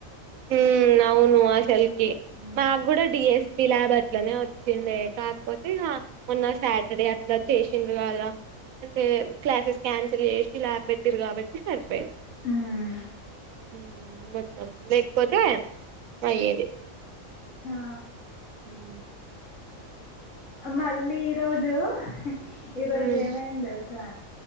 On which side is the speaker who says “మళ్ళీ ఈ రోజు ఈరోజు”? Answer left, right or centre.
Left